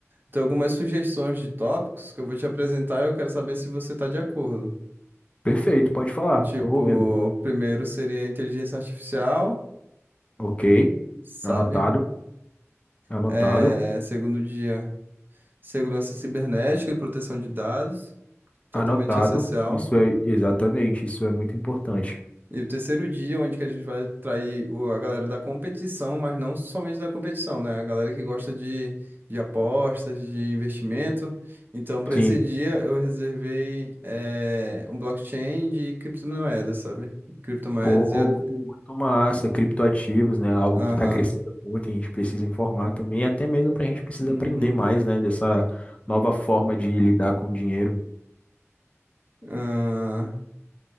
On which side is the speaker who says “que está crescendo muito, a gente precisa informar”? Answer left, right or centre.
Left